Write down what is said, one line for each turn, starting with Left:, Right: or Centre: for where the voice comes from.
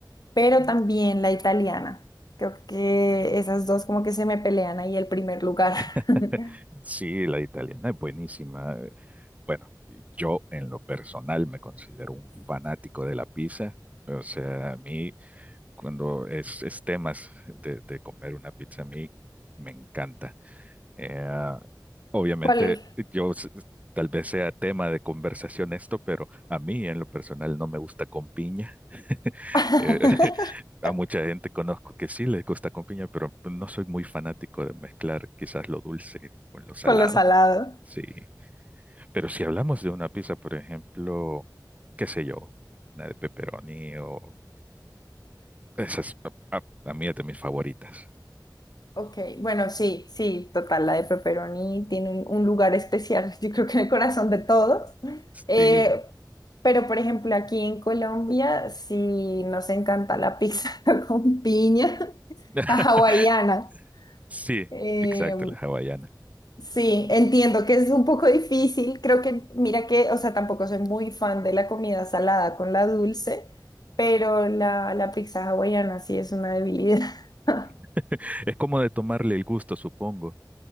Left: pero
Right: Mm.
Left: también la italiana. Creo que esas dos como que se me pelean ahí el primer lugar.
Right: <laughs>
Left: <laughs>
Right: Sí, la italiana es buenísima. Bueno, yo en lo personal me considero un fanático de la pizza. O sea, a mí cuando es, es temas de, de comer una pizza, a mí me encanta. Eh, ah, obviamente,
Left: ¿Cuál?
Right: yo s- tal vez sea tema de conversación esto, pero a mí en lo personal no me gusta con piña. <laughs>
Left: <laughs>
Right: Eh, <laughs> a mucha gente conozco que sí les gusta con piña, pero no soy muy fanático de mezclar quizás lo dulce con lo salado.
Left: Con lo salado.
Right: Sí. Pero si hablamos de una pizza, por ejemplo, qué sé yo, una de pepperoni o esas, a, a- a mí es de mis favoritas.
Left: Ok, bueno, sí, sí, total, la de pepperoni tiene un, un lugar especial, <laughs> yo creo que en el corazón de todos. Eh,
Right: Sí.
Left: pero, por ejemplo, aquí en Colombia, sí nos encanta la pizza <laughs> con piña,
Right: <laughs>
Left: la hawaiana.
Right: Sí,
Left: Eh,
Right: exacto, la hawaiana.
Left: sí, entiendo que es un poco difícil, creo que, mira que, o sea, tampoco soy muy fan de la comida salada con la dulce, pero la, la pizza hawaiana sí es una debilidad. <laughs>
Right: <laughs> Es como de tomarle el gusto, supongo.